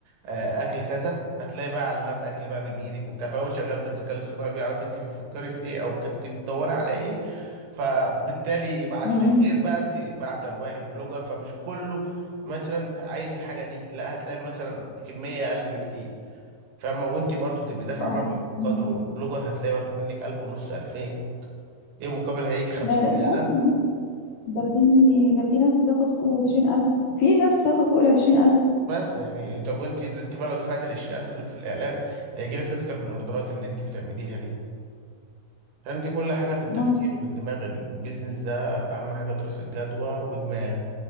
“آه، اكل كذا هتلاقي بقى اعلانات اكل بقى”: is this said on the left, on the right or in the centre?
Right